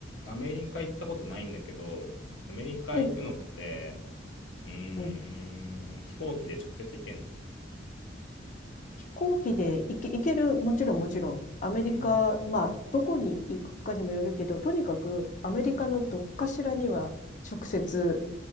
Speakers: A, on the left (about 80°); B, on the left (about 40°).
A: アメリカ行ったことないんだけど、アメリカ行くのって、
B: うん。
A: うーん、
B: うん
A: 飛行機で直接行けんの
B: 飛行機で行け、行ける、もちろんもちろん。アメリカ、
A: うん。
B: まあ、どこに行くかにもよるけど、とにかくアメリカのどっかしらには直接